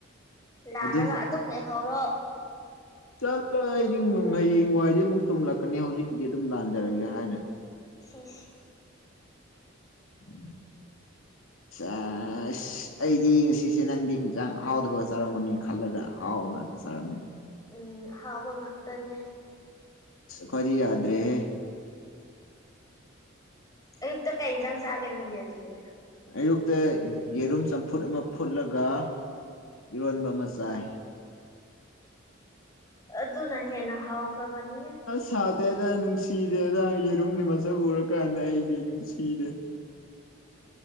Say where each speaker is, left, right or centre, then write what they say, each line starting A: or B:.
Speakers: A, on the left (about 15°); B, on the left (about 80°).
A: ꯂꯥꯔꯒ
B: ꯑꯗꯨ
A: ꯑꯗꯨꯝ ꯂꯩꯍꯧꯔꯣ
B: ꯆꯠꯂꫭ ꯑꯩꯗꯤ ꯍꯌꯦꯡ ꯋꯥꯏꯁꯦ ꯑꯃꯨꯛ ꯆꯨꯝꯂꯛꯀꯅꯤ ꯍꯧꯖꯤꯛꯀꯤꯗꯤ ꯑꯗꯨꯝ ꯂꯥꯟꯖꯔꯒꯦ ꯍꯥꯏꯅ
A: ꯁꯤꯁ
B: ꯎꯝ ꯑ ꯑꯁ ꯑꯩꯗꯤ ꯉꯁꯤꯁꯦ ꯅꯪꯗꯤ ꯍꯟꯆꯥꯡ ꯍꯥꯎꯗꯕꯒ ꯆꯥꯔꯝꯒꯅꯤ ꯈꯜꯂꯒ ꯍꯥꯎꯕ ꯉꯥꯛꯇ ꯅꯤꯅ
A: ꯎꯝ ꯑꯍꯥꯎꯕ ꯉꯥꯛꯇꯅꯦ
B: ꯈꯗꯤ ꯌꯥꯗ꯭ꯔꯦꯦ
A: ꯑꯌꯨꯛꯇ ꯀꯩ ꯏꯟꯖꯪ ꯆꯥꯒꯦ ꯅꯪꯗꯤ ꯑꯗꯨꯗꯤ
B: ꯑꯌꯨꯛꯇ ꯌꯦꯔꯨꯝ ꯆꯝꯐꯨꯠ ꯑꯃ ꯐꯨꯠꯂꯒ ꯏꯔꯣꯟꯕ ꯃꯆꯥꯥ
A: ꯑꯗꯨ ꯑꯗꯨꯅ ꯍꯦꯅ ꯍꯥꯎꯍꯈꯔ ꯄꯅꯤ
B: ꯁꯥꯇꯦꯗ ꯅꯨꯡꯁꯤꯗꯦꯗ ꯌꯦꯔꯨꯝꯒꯤ ꯃꯁꯛ ꯎꯔꯀꯥꯟꯗ ꯑꯩꯗꯤ ꯅꯨꯡꯁꯤꯔꯦ